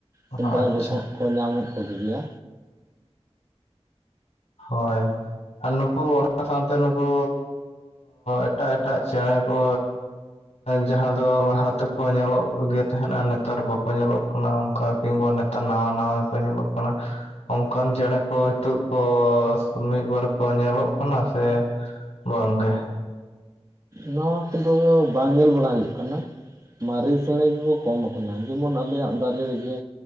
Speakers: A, on the left; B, on the right.
A: ᱟᱪᱪᱷᱟ
B: ᱥᱮᱸᱫᱽᱨᱟ ᱡᱚᱠᱷᱚᱱ, ᱠᱚ ᱧᱟᱢᱮᱫ ᱠᱚ ᱜᱮ ᱜᱮᱭᱟ᱾
A: ᱦᱳᱭ᱾ ᱟᱨ ᱱᱩᱠᱩ ᱚᱱᱟ ᱥᱟᱸᱶᱛᱮ ᱱᱩᱠᱩ ᱮᱴᱟᱜ ᱮᱴᱟᱜ ᱪᱮᱸᱬᱮ ᱠᱚ, ᱡᱟᱦᱟᱸ ᱫᱚ ᱞᱟᱦᱟ ᱛᱮᱠᱚ ᱧᱮᱞᱚᱜ ᱜᱮ ᱛᱟᱦᱮᱸᱫᱟ ᱱᱮᱛᱟᱨ ᱵᱟᱠᱚ ᱧᱮᱞᱚᱜ ᱠᱟᱱᱟ ᱚᱱᱠᱟ ᱠᱤᱱᱵᱟ ᱱᱮ, ᱛᱟᱨ ᱱᱟᱣᱟ ᱱᱟᱣᱟ ᱜᱮ ᱠᱚ ᱧᱮᱞᱚᱜ ᱠᱟᱱᱟ ᱚᱱᱠᱟᱱ ᱪᱮᱸᱬᱮ ᱠᱚ ᱦᱤᱛᱚᱜ ᱠᱚ, ᱠᱚᱥ ᱢᱤᱫ ᱵᱟᱨ ᱠᱚ ᱧᱮᱞᱚᱜ ᱠᱟᱱᱟ ᱥᱮ ᱵᱟᱝᱜᱮ᱾
B: ᱱᱟᱣᱟ ᱠᱚᱫᱚ ᱵᱟᱝ ᱧᱮᱞ ᱵᱟᱲᱟ ᱦᱩᱭᱩᱜ ᱠᱟᱱᱟ᱾ ᱢᱟᱨᱮ ᱪᱮᱸᱬᱮ ᱜᱮᱠᱚ ᱠᱚᱢ ᱠᱟᱱᱟ ᱡᱮᱢᱚᱱ ᱟᱞᱮᱭᱟᱜ ᱫᱟᱨᱮ ᱨᱮᱜᱮ,